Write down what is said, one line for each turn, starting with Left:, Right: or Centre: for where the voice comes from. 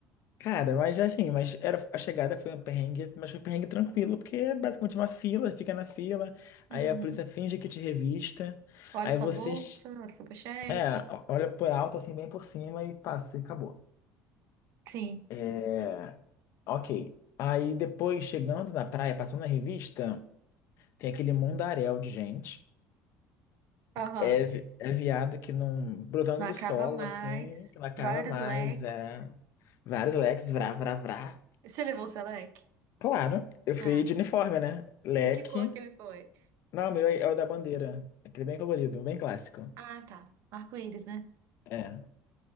Left: cara, mas já assim, mas era, a chegada foi um perrengue, mas foi um perrengue tranquilo, porque é basicamente uma fila, fica na fila, aí
Right: Uhum.
Left: a polícia finge que te revista,
Right: Olha
Left: aí
Right: sua
Left: vocês,
Right: bolsa, olha sua pochete.
Left: é, olha por alto, assim, bem por cima e passa, e acabou.
Right: Sim,
Left: É, ok. Aí depois, chegando na praia, passando na revista, tem aquele mundaréu de gente.
Right: aham.
Left: É, vi- é viado que não. brotando
Right: Não
Left: do
Right: acaba
Left: solo,
Right: mais.
Left: assim, que não acaba
Right: Vários
Left: mais.
Right: leques.
Left: É, vários leques, vrá, vrá, vrá.
Right: Você levou o seu leque?
Left: Claro, eu fui
Right: Ah,
Left: de uniforme, né? Leque.
Right: De que cor que ele foi?
Left: Não, o meu é é o da bandeira. Aquele bem colorido, bem clássico.
Right: ah, tá. Arco-íris, né?
Left: É.